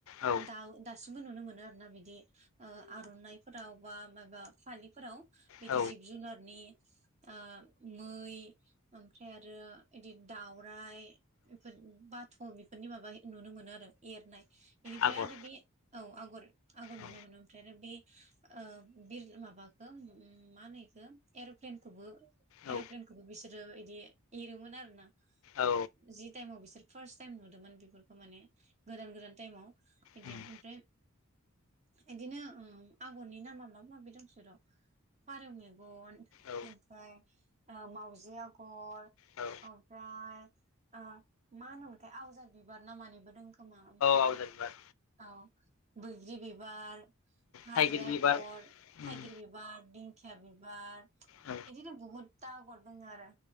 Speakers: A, on the left (about 70°); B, on the right (about 30°).
A: औ
B: दाउ बिबो नुनो मोनो आरो ना बिदि ओ आरनाइफोराव बा माबा फालिफोराव बिदि
A: औ
B: जिब जुनारनि। ओ मै ओमफ्राय आरो बिदि दाउराइ बेफोर बाथ' बेफोरनि माबा नुनो मोनो आरो एरनाय। इनिफ्राय
A: आगर
B: आरो बे औ आगर आगर नुनो
A: औ
B: मोनो ओमफ्राय आरो बे ओ बिर माबाखौ उम मा होनो इखो एरप्लेनखौबो
A: औ
B: एरप्लेनखौबो बिसोरो बिदि एरोमोन आरो। ना
A: औ
B: जि ताइमआव बिसोर फार्स्ट टाइम नुदोंमोन बेफोरखौ माने गोदान गोदान टाइमाव बिदि
A: उम
B: ओमफ्राय इदिनो ओम आगरनि नामा माबा माबि दंसो र फारौ मेगन
A: औ
B: ओमफ्राय मावजि आगर
A: औ
B: ओमफ्राय ओ मा होनोमोथाय आवजार बिबार ना मानिबो दों खोमा ओमफ्राय
A: आवजार बिबार
B: औ बैग्रि बिबार हाजो
A: थाइगिर
B: आगर
A: बिबार उम
B: थाइगिर बिबार दिन खिया बिबार
A: औ
B: इदिनो बहुत ता आगर दों आरो